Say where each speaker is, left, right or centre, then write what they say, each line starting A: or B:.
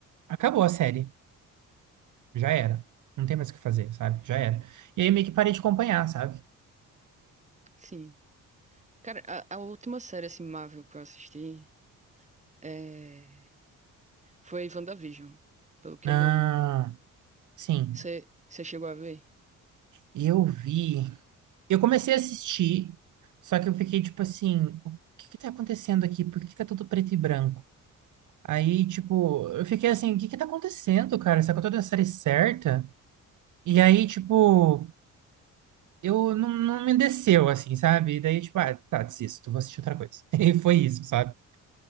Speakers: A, on the right; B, on the right.
A: acabou a série. Já era. Não tem mais o que fazer, sabe? Já era. E aí eu meio que parei de acompanhar, sabe?
B: Sim. Cara, a, a última série assim, Marvel que eu assisti é... foi WandaVision, pelo que
A: Ah,
B: eu me lembro.
A: sim.
B: Você você chegou a ver?
A: Eu vi. Eu comecei a assistir, só que eu fiquei tipo assim, o que que tá acontecendo aqui? Por que que tá tudo preto e branco? Aí, tipo, eu fiquei assim, o que que tá acontecendo, cara? Será que eu tô da série certa? E aí, tipo, eu não, não me desceu, assim, sabe? E daí, tipo, ah, tá, desisto, vou assistir outra coisa. <laughs> E foi isso, sabe?